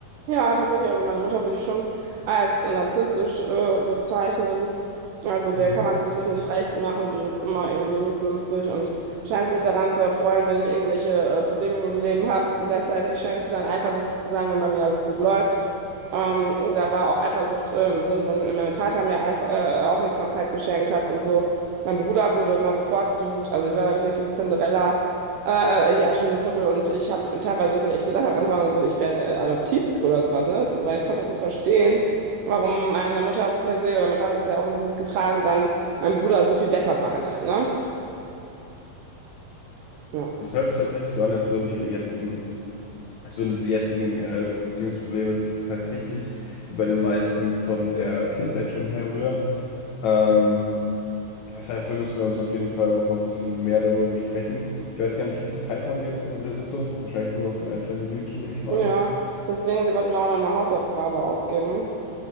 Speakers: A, on the right (about 80°); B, on the left (about 80°).
A: Ja, tatsächlich. Also meine Mutter würde ich schon als äh, narzisstisch äh, bezeichnen. Also der
B: Mhm.
A: kann man es wirklich nicht recht machen. Die ist immer irgendwie missgünstig und scheint sich daran zu erfreuen, wenn ich irgendwelche äh, Probleme im Leben habe. Gleichzeitig scheint sie dann eifersüchtig zu sein, wenn bei mir alles gut läuft. Ähm, da war auch Eifersucht äh, im Sinne von, wenn mein Vater mir Eif äh, Aufmerksamkeit geschenkt hat und so. Mein Bruder wurde immer bevorzugt. Also ich war da wirklich wie Cinderella. Äh, äh, ja, schon in Portugal. Und ich habe teilweise wirklich echt gedacht am Anfang, so, ich werde äh, adoptiert oder sowas, ne? Weil ich konnte das nicht verstehen, warum meine Mutter per se oder mein Vater hat es ja auch ein bisschen mitgetragen, dann mein Bruder so viel besser behandelt, ne? Ja.
B: Das hört sich tatsächlich so an, als würden Ihre jetzigen, als würden diese jetzigen äh, Beziehungsprobleme tatsächlich bei den meisten von der Kindheit schon herrühren. Ähm, Das heißt, da müssen wir uns auf jeden Fall noch mal ein bisschen mehr darüber besprechen. Ich weiß gar nicht, wie viel Zeit haben wir jetzt noch in der Sitzung? Wahrscheinlich nur noch so ein, zwei Minütchen, nehme ich mal
A: Ja,
B: an.
A: deswegen, sie wollten mir auch noch eine Hausaufgabe aufgeben.